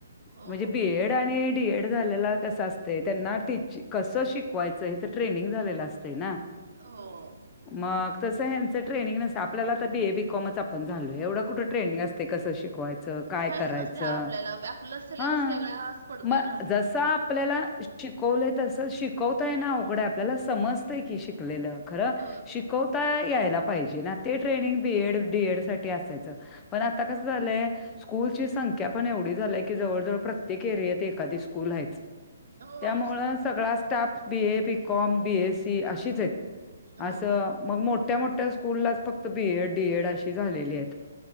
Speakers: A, on the right; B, on the left.
A: हो
B: म्हणजे बीएड आणि डीएड झालेलां कसं असतंय त्यांनां ती कसं शिकवायचं ट्रेनिंग झालेलां असतें नां
A: हो
B: मंग तसं हचं ट्रेनिंग नसं आपल्यालां तरं बीएबीकॉमचं आपणं झालंय एवढं कुठे ट्रेनिंग असतें कसं वांयचं कायं
A: काहीच
B: करायचं
A: नसते हा आपल्याला आपला सिलेबस
B: हां
A: वेगळाच पडतोय
B: मं
A: ना
B: आपल्यालां शिकवलंय तसं शिकवतांय नां अवघडं आपल्यालां समजतंय की शिकलेलं खरं
A: अ
B: कोयतां यायंला पाहिजे नां ते ट्रेनंग बीड डीड सांठी असायचं पणं आतां
A: होय.
B: कसं झालंय स्कूंलची संख्या पणं एवढी झालीयं की जवळंजवळं प्रत्येक एरियातं एखांदी स्कूंल आहेचं
A: हो
B: त्यामुळें
A: स्कू
B: सगळां स्टांफ बीए बीकॉम बीएससी अशीचं आहेतं
A: हो
B: असं मंग मोठ्यां मोठ्यां स्कूंललाचं फक्तं बीएड डीएड अशी झालेली आहेतं